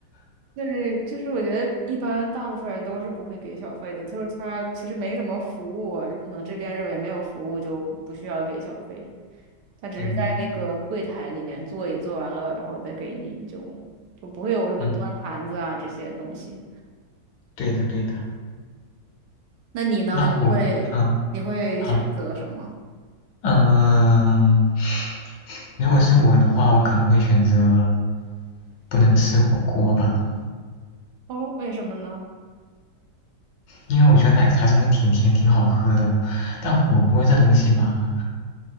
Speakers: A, on the right (about 70°); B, on the left (about 75°).
A: 对，就是我觉得一般大部分人都是不会给小费的，就是他其实没什么服务啊，就可能这边认为没有服务就不需要给小费，他只是在那个柜台里面坐一坐完了，
B: 嗯
A: 然后再给你，就就不会有什么端盘子啊这些东西。
B: 嗯，对的对的。
A: 那你呢？
B: 那火，
A: 你会你会选择什么？
B: 嗯，好。嗯，如果是我的话，我可能会选择不能吃火锅吧，
A: 哦，为什么呢？
B: 因为我觉得奶茶真的挺甜，挺好喝的，但火锅这东西嘛，